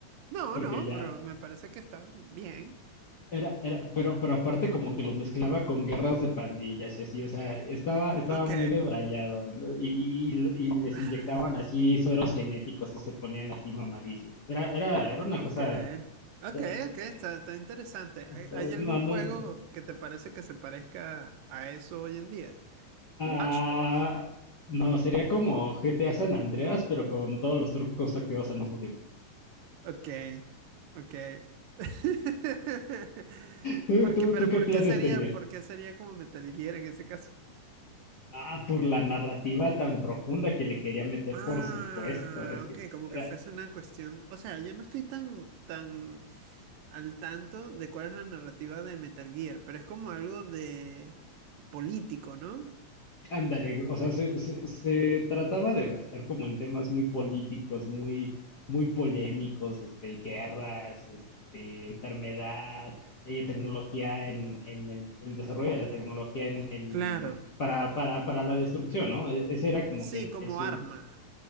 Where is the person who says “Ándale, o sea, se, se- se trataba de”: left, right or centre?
Left